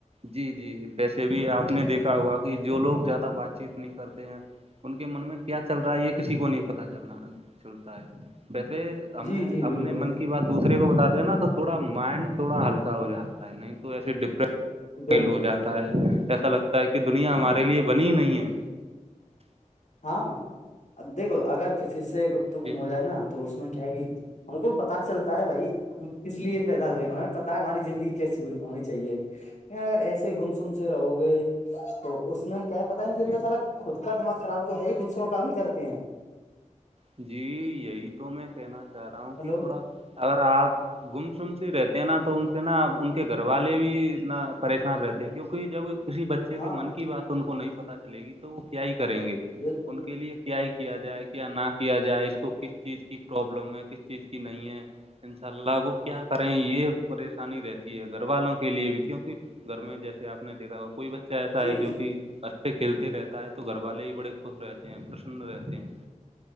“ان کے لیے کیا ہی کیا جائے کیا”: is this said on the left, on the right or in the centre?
Right